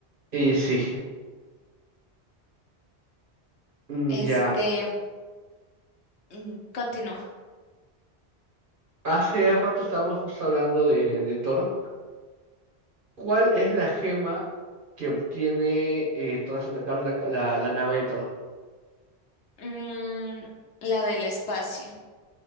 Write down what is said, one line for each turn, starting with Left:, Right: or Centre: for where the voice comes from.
Right: Y sí, mm,
Left: Este,
Right: ya.
Left: mm, continúa.
Right: Hace rato estábamos justo hablando de, de Thor. ¿Cuál es la gema que obtiene eh, tras atacar la, ca- la, la nave de Toro?
Left: Mm, la del espacio,